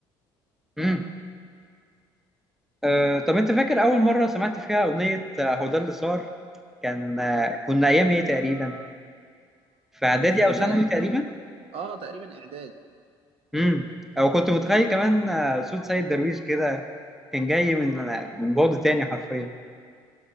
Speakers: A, in the centre; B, on the right (about 60°).
A: مم. أه طب انت فاكر اول مره سمعت فيها اغنيه آه، هو ده اللي صار كان آه، كنا ايام ايه تقريبا في اعدادي
B: كنا في إعدادي
A: او ثانوي تقريبا
B: آه تقريبا إعدادي
A: امم او كنت متخيل كمان آه، صوت سيد درويش كده كان جاي من آه، من بعد تاني حرفيا